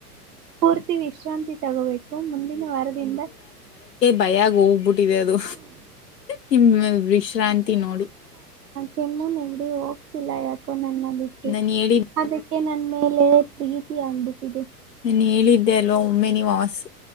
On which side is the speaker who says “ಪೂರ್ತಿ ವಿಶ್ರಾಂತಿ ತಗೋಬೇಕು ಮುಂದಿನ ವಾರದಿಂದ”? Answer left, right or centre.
Right